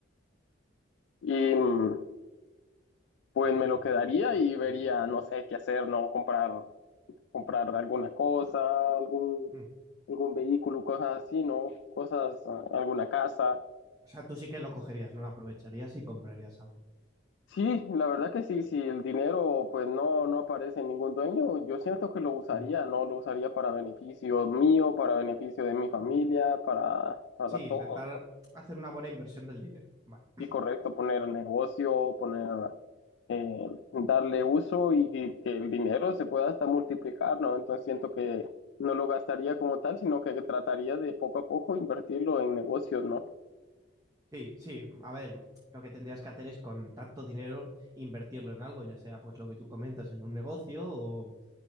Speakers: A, on the left (about 65°); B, on the right (about 20°).
A: y mm, pues me lo quedaría y vería, no sé qué hacer, no comprar, comprar alguna cosa, algún,
B: Mm.
A: algún vehículo, cosas así, no, cosas, ah, alguna casa.
B: O sea, tú sí que lo cogerías, ¿no? Aprovecharías y comprarías algo.
A: Sí, la verdad que sí, si el dinero pues no, no aparece en ningún dueño, yo siento que lo usaría,
B: Ujú,
A: ¿no? Lo usaría para beneficio mío, para beneficio de mi familia,
B: ujú.
A: para, para
B: Sí,
A: todo.
B: intentar hacer una buena inversión del dinero. Vale.
A: Sí, correcto, poner negocio, poner, eh, darle uso y, y que el dinero se pueda hasta multiplicar, ¿no? Entonces siento que no lo gastaría como tal, sino que trataría de poco a poco invertirlo en negocios, ¿no?
B: Sí, sí. A ver, lo que tendrías que hacer es con tanto dinero invertirlo en algo, ya sea pues lo que tú comentas en un negocio o